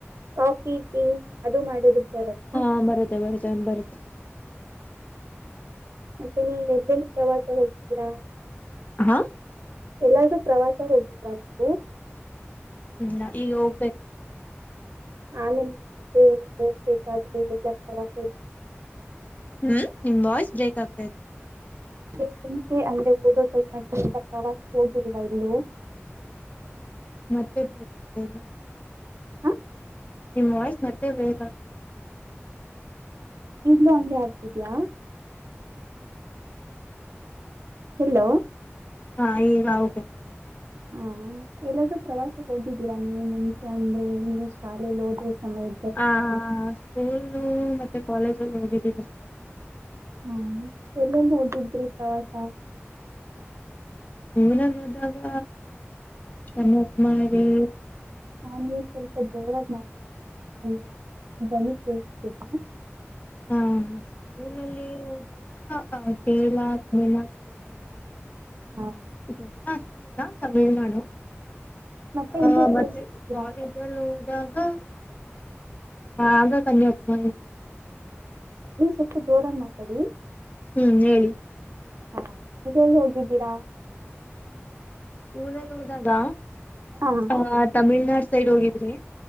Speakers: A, on the right; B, on the left.
A: ಕಾಫಿ ಟೀ ಅದು ಮಾಡುತ್ತಾರಲ್ಲ.
B: ಹಾ ಬರುತ್ತ ಬರತ್ತನ್ ಬರುತ್ತ.
A: ಮತ್ತೆ ನೀನ್ ಎಲ್ ಎಲ್ ಪ್ರವಾಸ ಹೋಗಿದ್ದೀರಾ.
B: ಹಾ-
A: ಎಲ್ಲಾದೂ ಪ್ರವಾಸ ಹೋಗಿದ್ದೀರಾ ನೀವು
B: ಹ್ಮ್ ಈಗ ಹೋಗ್ಬೇಕ.
A: ಆ ನ. ಏನ್ ಹೋಗ್ಬೇಕಾದ್ರೆ ಎಲ್ಲಾ ಪ್ರವಾಸ.
B: ಹ್ಮ್ ನಿಮ್ ವಾಯ್ಸ್ ಬ್ರೇಕಕ್ಗ್ತ ಇದೆ.
A: ಮುಂಚೆ ಅಂದ್ರೆ ಓದೋ ಟೈಮ್ ಅ ಪ್ರವಾಸ ಹೋಗಿಲ್ವಾ ಇಲ್ಲೂ.
B: ಮತ್ತೆ <inaudible>
A: ಹ
B: ನಿಮ್ ವಾಯ್ಸ್ ಮತ್ತೆ ಬ್ರೇಕ್ ಆಗ್ತದೆ.
A: ಈಗ್ಲು ಹಂಗೆ ಆಗ್ತಿದ್ಯಾಾ.
B: ಸ್ವಲ್ಪ ಸ್ವಲ್ಪ.
A: ಹಲೋ.
B: ಹಾ ಈಗ ಓಕ್.
A: ಹಾ ಎಲ್ಲಾದೂ ಪ್ರವಾಸ ಹೋಗಿದ್ದೀರಾ ನೀವು ಮುಂಚೆ ಅಂದ್ರೆ ನೀವು ಶಾಲೇಯಲ್ಲಿ ಓದ್ರ ಸಮಯ.
B: ಆ ಸ್ಕೂಲ್ ಮತ್ತೆ ಕಾಲೇಜಲ್ಲಿ ಹೋಗಿದ್ದೀ ಬಸ್.
A: ಹ ಎಲ್ಲಿನ್ ಹೋಗಿದ್ರಿ ಪ್ರವಾಸ.
B: ಸ್ಕೂಲ್ನಲ್ಲಿ ಹೋದಾಗ ಕನ್ಯಕುಮಾರಿ.
A: ನಾನು ಸ್ವಲ್ಪ ಜೋರಾಗಿ ಮಾಡ್ತೀ <inaudible> ಒ ಧ್ವನಿ ಕೇಳ್ತಿಲ್ಲ.
B: ಹ ಸ್ಕೂಲಲ್ಲಿ ಹೋದಾಗ ಆ ಕೇರಳ ತಮಿಳ್ ನಾಡು ಸೈಡ್ ಹೋಗಿದ್ವಿ.
A: ಹಾ.
B: ಎಲ್ಲ ಅಷ್ಟಿಲ್ಲಾ ತಮಿಳ್ನಾಡು.
A: ಮತ್ತೆ
B: ಹ
A: ಇಲ್ಲೇ
B: ಮತ್ತೆ
A: ಎಲ್ಲೆಲ್ಲಿ ಹೋಗಿದ್ದೀರಾ
B: ಕಾಲೇಜ್. ಲ್ಲ ಹೋದಾಗ ಆಗ ಕನ್ಯಕುಮಾರಿ.
A: ನೀವ್ ಸ್ವಲ್ಪ ಜೋರಾಗಿ ಮಾತಾಡಿ.
B: ಹ್ಮ್ ಹೇಳಿ.
A: ಹಾ ಇಲ್ಲೆಲ್ಲಿ ಹೋಗಿದ್ದೀರಾ.
B: ಸ್ಕೂಲ್ ಅಲ್ಲಿ ಹೋದಾಗ
A: ಹಾ
B: ಆ ತಮಿಳ್ನಾಡ್ ಸೈಡ್ ಹೋಗಿದ್ರಿ.